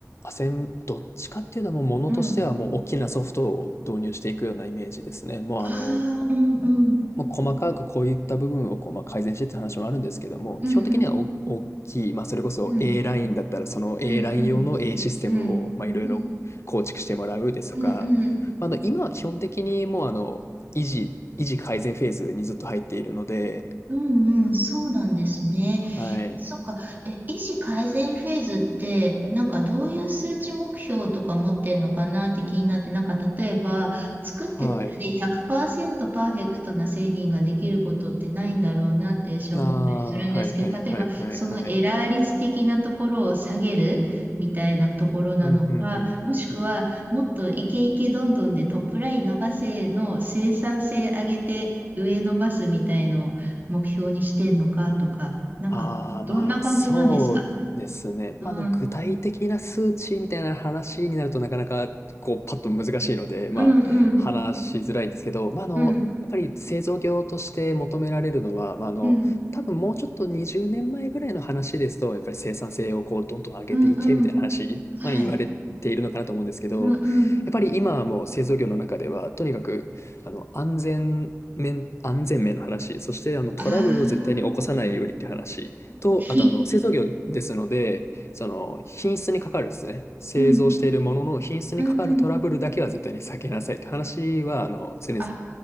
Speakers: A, on the left (about 55°); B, on the right (about 35°).
A: アセンどっちかっていうのは、もうものとしてはもう大きなソフトを導入していくようなイメージですね。
B: うん。
A: もうあの、
B: ああ、うんうん。
A: もう細かくこういった部分をこう、ま、改善してって話もあるんですけども、
B: うんうん。
A: 基本的にはお大きい、まあ、それこそ
B: うん
A: A ラインだったら、その A
B: うんうん。
A: ライン用の A システムを、
B: うん。
A: ま、いろいろ構築してもらうですとか、
B: うん。うんうん。
A: まあ、あの、今は基本的にもうあの、維持維持改善フェーズにずっと入っているので
B: うんうん、そうなんですね。
A: はい。
B: え、そっか。え、医師改善フェーズって、なんかどういう数値目標とか持ってんのかなって気になって、なんか例えば、作ってたらね、
A: はい。
B: 100%パーセントパーフェクトな製品ができることってないんだろうなって私は思ったりするんですけど、
A: ああー、はいはいはいはいはい。
B: 例えば、そのエラー率的なところを下げるみたいなところなのか、
A: うん、うん、うん、うん、
B: もしくは、
A: うん。
B: もっとイケイケどんどんでトップライン伸ばせの生産性上げて上伸ばすみたいのを目標にしてんのかとか、なんか、
A: ああ、
B: どんな感じなんですか
A: まあ、そうですね。
B: うん、
A: まあ、あの、具体的な数値みたいな話になるとなかなか、こう、パッと難しいので、まあ、
B: うん、うん、
A: 話しづらいんですけど、まあ、あの、
B: うん、
A: やっぱり製造業として求められるのは、まあ、あの、
B: うん、
A: 多分もうちょっと20年前ぐらいの話ですと、やっぱり生産性をこう、どんどん上げていけみたいな話、
B: うん、うん、はい、
A: まあ、言われているのかなと思うんですけど、
B: うん、うん、
A: やっぱり今はもう製造業の中では、とにかく、あの、安全面、安全面の話、そしてあのトラブルを絶対に起こさないようにって話と、
B: ああ、うん、ひ、
A: あとあの製造業ですので、その品質にかかるですね、製造しているものの品質にかかるトラブルだけは絶対に避けなさいって話はあの常々
B: うん、うん、うん、あ